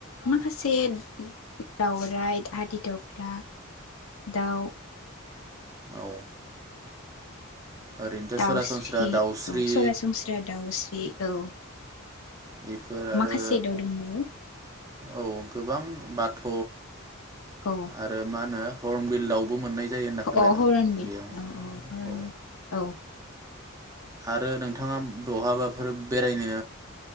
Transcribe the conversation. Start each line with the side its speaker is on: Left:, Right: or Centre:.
Left: माखासे दाउराय, हादि दग्रा दाउ।
Right: औ। ओरैनोथ'
Left: दाउस्रि
Right: सरासनस्रा दाउस्रि
Left: औ सरासनस्रा दाउस्रि औ।
Right: बेफोर आरो
Left: माखासे दाउ दंबावो।
Right: औ गोबां बाथ'।
Left: औ
Right: आरो मा होनो? हर्म बिल दावबो मोननाय। जायो होनना खोनादों
Left: अह हरनबिल
Right: बेयाव
Left: अ अ हरन।
Right: औ
Left: औ।
Right: आरो नोंथाङा बहाबाफोर बेरायनो